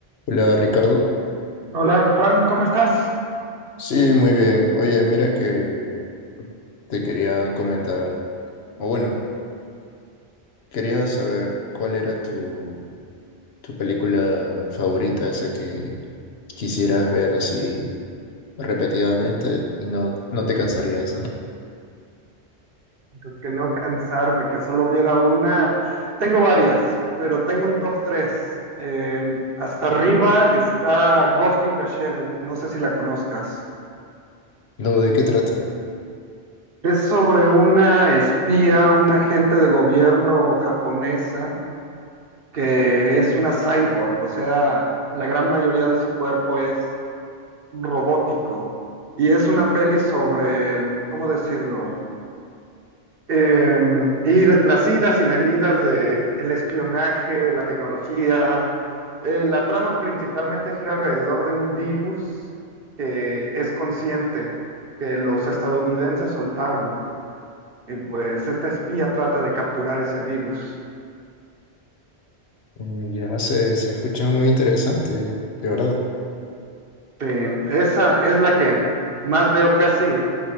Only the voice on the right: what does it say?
Hola Juan, ¿cómo estás?
Pues que no cansarme, que solo hubiera una. Tengo varias, pero tengo un top 3. hasta arriba está Ghost in the Shell, no sé si la conozcas.
Es sobre una espía, una agente de gobierno japonesa que es una cyborg, o sea, la gran mayoría de su cuerpo es robótico. Y es una peli sobre, ¿cómo decirlo? Eh, y las idas y venidas de el espionaje, la tecnología. Eh, la trama principalmente gira alrededor de un virus que es consciente, que los estadounidenses soltaron. Y pues esta espía trata de capturar ese virus.
Sí, esa es la que más veo casi.